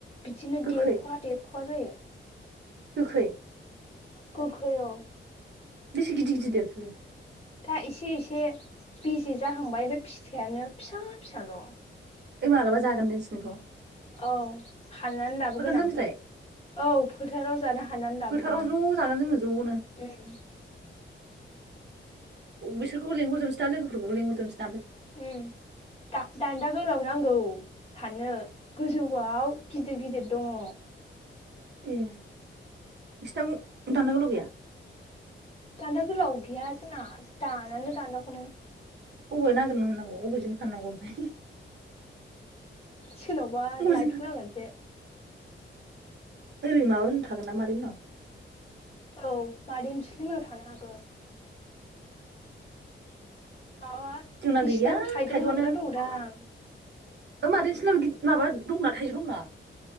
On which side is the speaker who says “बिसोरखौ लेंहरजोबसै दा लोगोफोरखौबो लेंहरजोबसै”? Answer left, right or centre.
Right